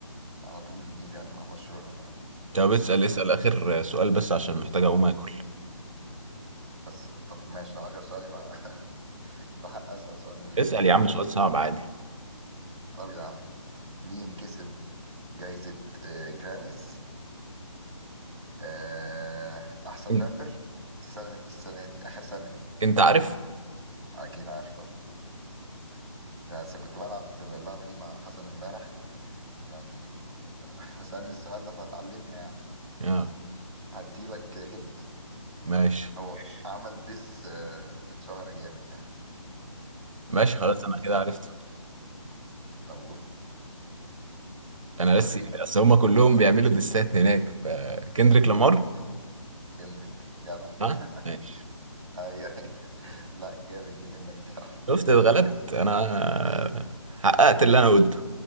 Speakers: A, on the right; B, on the right.
A: على طول بيجيب يعني مع برشلونة فمش
B: طب اسأل
A: عارف
B: اسأل اخر سؤال بس عشان محتاج اقوم اكل
A: بس طب ماشي لو آخر سؤال يبقى <laughs> يبقى حق أسأل سؤال
B: اسأل
A: رخم شوية
B: يا عم سؤال
A: بس
B: صعب عادي
A: طب يا عم مين كسب جايزة آه، جراميز آه، أحسن
B: انت
A: رابر السنة السنة دي آخر سنة دي
B: انت عارف
A: أكيد عارف طبعا يعني بس كنت بلعب اللعبة دي مع حسن امبارح يعني <laughs> فسألني السؤال ده فتعلمنا يعني
B: اه
A: هديلك هنت
B: ماشي
A: هو ماشي. عمل ديس آه، اتشهر جامد يعني
B: ماشي
A: يعني
B: خلاص
A: هو-
B: انا كده عرفته
A: طب قول
B: انا بس
A: وريني
B: اصل هم كلهم بيعملوا دسات هناك فكندريك لامار
A: كندريك جدع
B: ها
A: <laughs>
B: ماشي
A: ايوه لا جامد دي منك الصراحه
B: شفت اتغلبت انا حققت اللي انا قلته